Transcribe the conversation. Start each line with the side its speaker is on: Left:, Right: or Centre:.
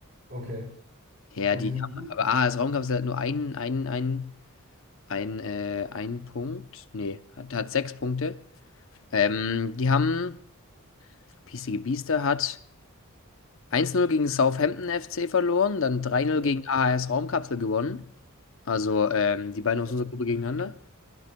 Right: okay.
Left: Ja,
Right: Und
Left: die
Right: die sind
Left: haben,
Right: gut?
Left: aber AHS Raumkapsel hat nur einen, einen, einen. Ein, äh, ein Punkt. Nee, hat, hat sechs Punkte. Ähm, die haben, Piesige Biester hat eins null gegen Southampton FC verloren, dann drei null
Right: Ja.
Left: gegen AHS Raumkapsel gewonnen. Also ähm, die beiden aus
Right: ja.
Left: unserer Gruppe gegeneinander.